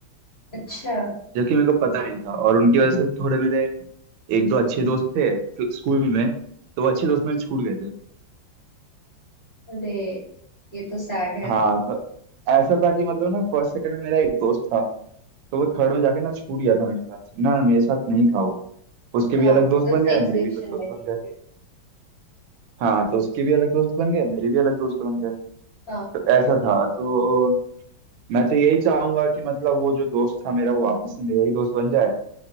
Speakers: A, on the left; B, on the right.
A: अच्छा
B: जबकि मेरे को पता नहीं था और उनकी वजह से थोड़े मेरे एक दो अच्छे दोस्त थे फ- स्कूल में तो वो अच्छे दोस्त मेरे छूट गए थे
A: अरे ये तो सैड है
B: हाँ तो ऐसा था कि मतलब ना फर्स्ट सेकंड में मेरा एक दोस्त था तो वो थर्ड में जाके ना छूट गया था मेरे साथ ना मेरे साथ नहीं था वो उसके
A: हाँ
B: भी अलग
A: हाँ
B: दोस्त
A: मतलब
B: बन
A: सेम
B: गए मेरे
A: सेक्शन
B: भी अलग दोस्त
A: में नहीं
B: बन
A: होगी
B: गए हाँ तो उसके भी अलग दोस्त बन गए मेरे भी अलग दोस्त बन गए
A: हाँ
B: तो ऐसा था तो मैं तो यही चाहूंगा कि मतलब वो जो दोस्त था मेरा वो वापस से मेरा ही दोस्त बन जाए